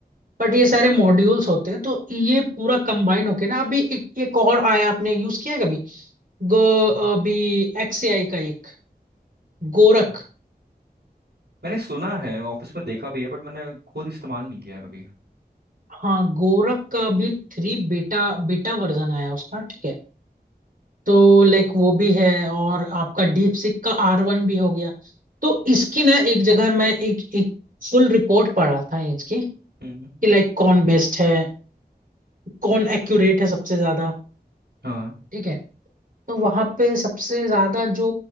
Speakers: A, on the right; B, on the right.
A: बट ये सारे मॉड्यूल्स होते हैं तो ये पूरा कंबाइन होके ना अभी एक एक और आया आपने यूज किया है कभी गो अभी एक्स ए आई का एक गोरख
B: मैंने सुना है ऑफिस में देखा भी है बट मैंने खुद इस्तेमाल नहीं किया कभी
A: हाँ गोरख का भी थ्री बेटा बेटा वर्जन आया उसका ठीक है तो लाइक वो भी है और आपका डीप सिक का आर वन भी हो गया तो इसकी ना एक जगह मैं एक एक फुल रिपोर्ट पढ़ रहा था इसकी कि
B: हम्म
A: लाइक कौन बेस्ट है कौन एक्यूरेट है सबसे ज्यादा
B: हाँ
A: ठीक है तो वहां पे सबसे ज्यादा जो